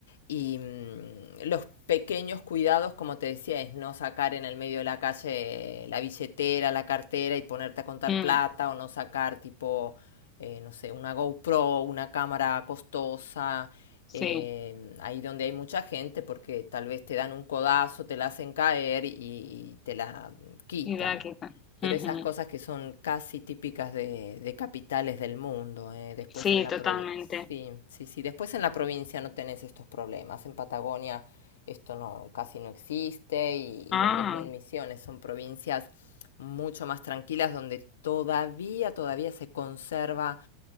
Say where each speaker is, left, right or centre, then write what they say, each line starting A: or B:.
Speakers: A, on the left (about 60°); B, on the left (about 25°).
A: Y mm, los pequeños cuidados, como te decía, es no sacar en el medio de la calle la billetera, la cartera y ponerte a contar
B: mm,
A: plata o no sacar tipo, eh, no sé, una GoPro, una cámara costosa,
B: Sí,
A: eh, ahí donde hay mucha gente porque tal vez te dan un codazo, te la hacen caer y, y te la quitan.
B: idea quita.
A: Pero
B: Ujú.
A: esas cosas que son casi típicas de, de capitales del mundo, ¿eh? Después
B: Sí,
A: en la
B: totalmente.
A: provincia. Sí, sí, sí. Después en la provincia no tenés estos problemas. En Patagonia esto no, casi no existe y,
B: Ah,
A: y lo mismo en Misiones. Son provincias mucho más tranquilas donde todavía, todavía se conserva